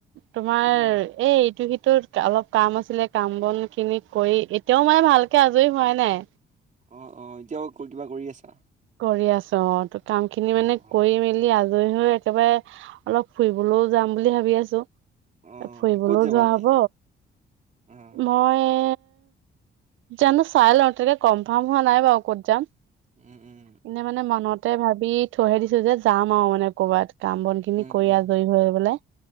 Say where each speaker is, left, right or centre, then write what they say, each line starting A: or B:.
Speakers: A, on the right; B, on the right.
A: তোমাৰ
B: উম,
A: এই এইটো অলপ কাম আছিলে কাম বন খিনি কৰি এতিয়াও মানে ভালকে আজৰি হোৱাই নাই।
B: অ, অ, এতিয়াও কিবা কৰি আছা?
A: কৰি আছো অ ত কাম খিনি
B: অ',
A: মানে
B: অ',
A: কৰি মেলি আ লৈ হৈ একেবাৰে অলপ ফুৰিবলৈও যাম বুলি ভাবি আছো
B: অ',
A: ফুৰিবলৈও
B: ক'ত যাবা
A: যোৱা
B: এনে?
A: হব
B: অ',
A: মই এ, জানো চাই লওঁ তেনেকে কনফাৰ্ম হোৱা নাই বাৰু ক'ত যাম।
B: উম, উম,
A: এনে মানে মনতে ভাবি থৈহে দিছো যে যাম আৰু মানে কৰ'বাত কাম বন খিনি
B: উম,
A: কৰি
B: উম,
A: আজৰি হৈ পেলাই